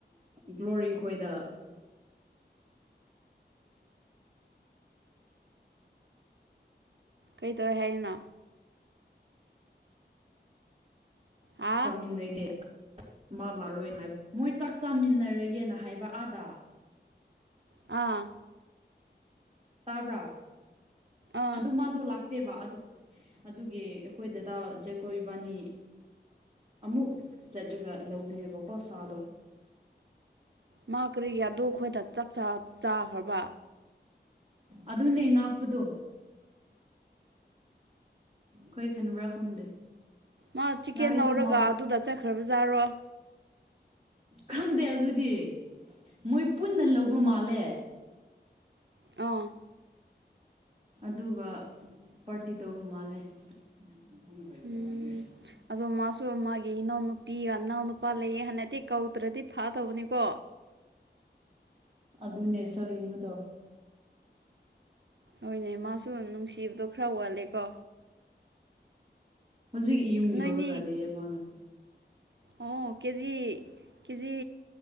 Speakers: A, on the right; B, on the right.
A: ꯒ꯭ꯂꯣꯔꯤ ꯈꯣꯏꯗ
B: ꯀꯩꯇꯧꯋꯦ ꯍꯥꯏꯅꯣ ꯍꯥ
A: ꯆꯥꯛ ꯆꯥꯃꯤꯟꯅꯒꯦ ꯃꯥ ꯂꯥꯛꯔꯣꯏꯅ ꯍꯥꯏꯕ ꯃꯣꯏ ꯆꯥꯛ ꯆꯥꯃꯤꯟꯅꯔꯒꯦꯅ ꯍꯥꯏꯕ ꯑꯥꯗ
B: ꯑꯥ
A: ꯇꯥꯕ꯭ꯔꯥ
B: ꯑꯪ
A: ꯑꯗꯨ ꯃꯥꯗꯣ ꯅꯠꯇꯦꯕ ꯑꯗꯨꯒꯤ ꯑꯩꯈꯣꯏ ꯗꯗꯥ ꯖꯦꯀꯣꯏ ꯏꯕꯥꯅꯤ ꯑꯃꯨꯛ ꯆꯠꯂꯒ ꯂꯧꯕꯅꯦꯕꯀꯣ ꯁꯥꯗꯣ
B: ꯃꯥ ꯀꯔꯤ ꯑꯈꯣꯏꯗ ꯆꯥꯛ ꯆꯥꯈ꯭ꯔꯕ
A: ꯑꯗꯨꯅꯦ ꯉꯥꯛꯄꯗꯣ ꯀꯔꯤ ꯈꯟꯕ꯭ꯔꯥ ꯈꯪꯗꯦ
B: ꯃꯥ ꯆꯤꯛꯀꯦꯟ
A: ꯌꯥꯏꯗ
B: ꯂꯧꯔꯒ
A: ꯃꯥ
B: ꯑꯗꯨꯗ ꯆꯠꯈ꯭ꯔꯕꯖꯥꯠꯔꯣ
A: ꯈꯪꯗꯦ ꯑꯗꯨꯗꯤ ꯃꯣꯏ ꯄꯨꯟꯅ ꯂꯧꯕ ꯃꯥꯜꯂꯦ
B: ꯑꯥ
A: ꯑꯗꯨꯒ ꯄꯥꯔꯇꯤ ꯇꯧꯕ ꯃꯥꯜꯂꯦ <unintelligible>
B: ꯎꯝ ꯑꯗꯣ ꯃꯥꯁꯨ ꯃꯥꯒꯤ ꯏꯅꯥꯎꯅꯨꯄꯤꯒ ꯏꯅꯥꯎ ꯅꯨꯄꯥ ꯂꯩꯌꯦ ꯍꯥꯟꯅꯗꯤ ꯀꯧꯗ꯭ꯔꯗꯤ ꯐꯥꯗꯧꯕꯅꯤꯀꯣ
A: ꯑꯗꯨꯅꯦ ꯁꯧꯌꯤꯡꯕꯗꯣ
B: ꯍꯣꯏꯅꯦ ꯃꯥꯁꯨ ꯅꯨꯡꯁꯤꯕꯗꯣ ꯈꯔ ꯋꯥꯠꯂꯦꯀꯣ
A: ꯍꯧꯖꯤꯛ ꯌꯨꯝ
B: ꯅꯣꯏꯅꯤ
A: ꯌꯧꯔꯒ ꯂꯩꯌꯦ ꯃꯥꯗꯣ
B: ꯑꯣ ꯀꯦꯖꯤ ꯀꯦꯖꯤ